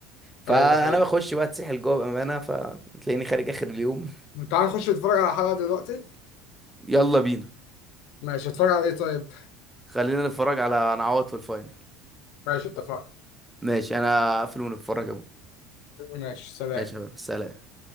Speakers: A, in the centre; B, on the left.
A: فأنا
B: ايوه دي حقيقه
A: بخش بقى اتسحل جوه بأمانة فتلاقيني خارج آخر اليوم
B: تعال نخش نتفرج على حلقه دلوقتي
A: يلا بينا
B: ماشي اتفرج على ايه طيب
A: خلينا نتفرج على نعوض في الفاينل
B: ماشي اتفقنا
A: ماشي أنا هقفل ونتفرج يا أبو
B: ماشي سلام
A: ماشي يا بابا. سلام